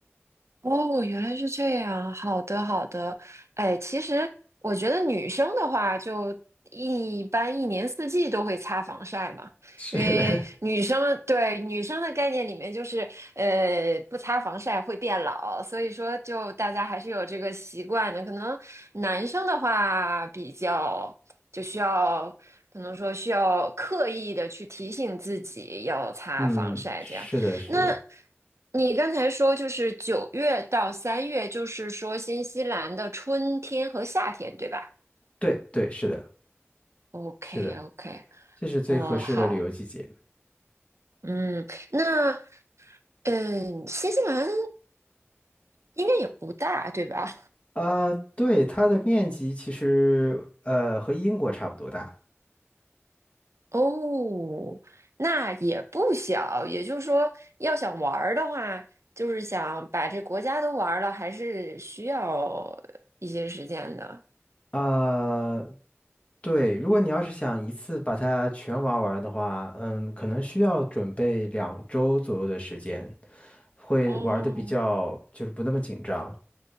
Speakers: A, on the right; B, on the left.
A: 哦，原来是这样。好的，好的。哎，其实我觉得女生的话，就一般一年四季都会擦防晒嘛，
B: <laughs> 是的，
A: 因为女生对女生的概念里面就是，呃，不擦防晒会变老，所以说就大家还是有这个习惯的。可能男生的话比较就需要，可能说需要刻意的去提醒自己要擦防晒这样。
B: <laughs> 嗯，是的，是的，
A: 那你刚才说就是九月到三月，就是说新西兰的春天和夏天，对吧
B: 对对是的。
A: ？OK
B: 是的，
A: OK，
B: 这是最合适的旅游季节。
A: 哦，好，嗯，那嗯，新西兰应该也不大，对吧？
B: 啊、对，它的面积其实呃和英国差不多大。
A: 哦，那也不小，也就是说，要想玩儿的话，就是想把这国家都玩儿了，还是需要一些时间的。
B: 啊、对，如果你要是想一次把它全玩完的话，嗯，可能需要准备两周左右的时间，会玩的比较就是不那么紧张。
A: 哦，